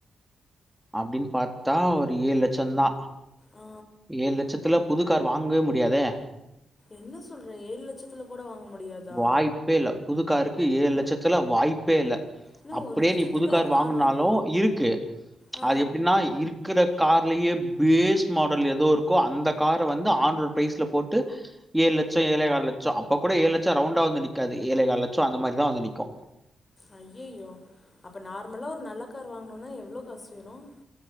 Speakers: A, in the centre; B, on the left.
A: அப்டின்னு பாத்தா ஒரு ஏழு லட்சந்தா
B: ஆ
A: ஏழு லட்சத்துல புதுக்கார் வாங்கவே முடியாதே
B: என்ன சொல்றே ஏழு லட்சத்துல கூட வாங்க முடியாதா
A: வாய்ப்பே இல்ல புதுக்காருக் கு ஏழு லட்சத்துல வாய்ப்பே இல்ல
B: என்ன
A: அப்படியே
B: ஒரு லட்சத்துக்கெல்லா
A: நீ புதுக்கார்
B: கார்
A: வாங்குனாலு
B: இருக்
A: இருக்கு
B: ஆ
A: அது எப்டின்னா இருக் இருக்கற கார்லயே பேஸ் மாடல் ஏதோ இருக்கோ அந்த கார வந்து ஆண்டரோ ப்ரைஸ்ல போட்டு ஏழு லட்ச ஏழேகால் லட்ச அப்ப <unintelligible> ச்சா ரவுண்டா வந்து நிக்காது ஏழே கால் லட்சம் அந்த மாரிதா வந்து நிற்கும்
B: ஐயையோ அப்ப நார்மலா ஒரு நல்ல கார் வாங்கனும்னா எவ்ளோ காசு வேணும்